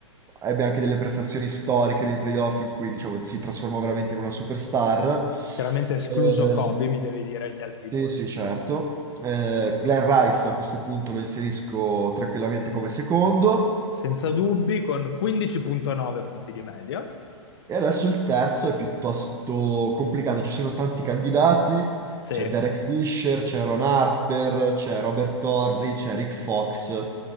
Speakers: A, on the right (about 20°); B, on the left (about 55°).
A: ebbe anche delle prestazioni storiche nei playoff in cui diciamo si trasformò veramente in una superstar.
B: chiaramente escluso
A: Eh,
B: Kobe, mi devi dire gli altri due.
A: Sì, sì, certo. Eh, Glenn Rice a questo punto lo inserisco tranquillamente come secondo.
B: Senza dubbi, con 15.9 punti di media.
A: E adesso il terzo è piuttosto complicato. Ci sono tanti candidati.
B: Sì,
A: C'è Derek Fisher, c'è Ron Harper, c'è Robert Torrey, c'è Rick Fox.